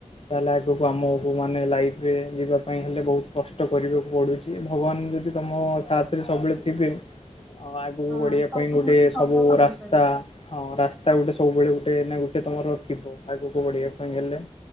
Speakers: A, on the left (about 55°); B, in the centre.
A: ତାହେଲେ ଆଗକୁ ଆମକୁ ମାନେ ଲାଇଫରେ ଯିବା ପାଇଁ ହେଲେ ବହୁତ କଷ୍ଟ କରିବାକୁ ପଡୁଛି। ଭଗବାନ ଯଦି ତମ ସାଥରେ ସବୁବେଳେ ଥିବେ ଆ ଆଗକୁ
B: ହଁ
A: ବଢ଼ିବା
B: ସବୁ
A: ପାଇଁ ଗୋଟେ
B: କିଛି ସମ୍ଭବ
A: ସବୁ
B: ହେଇପାରିବ
A: ରାସ୍ତା ହଁ ରାସ୍ତା ଗୋଟେ ସବୁବେଳେ ଗୋଟେ ଗୋଟେ ତମର ଥିବ ଆଗକୁ ବଢ଼ିବା ପାଇଁ ହେଲେ।